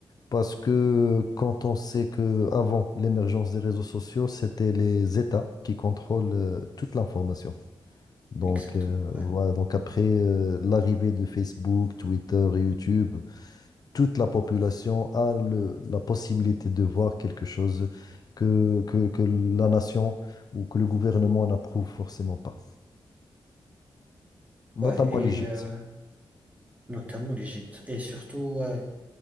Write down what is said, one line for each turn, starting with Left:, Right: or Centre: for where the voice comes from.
Left: Parce que quand on sait que avant l'émergence des réseaux sociaux, c'était les États qui contrôlent euh, toute l'information. Donc,
Right: Exactement,
Left: euh,
Right: ouais.
Left: voilà, donc après euh, l'arrivée de Facebook, Twitter et YouTube. toute la population a le- la possibilité de voir quelque chose que, que, que la nation ou que le gouvernement n'approuve forcément pas, notamment
Right: Ouais, et
Left: l'Égypte.
Right: euh, Notamment l'Égypte. Et surtout, ouais,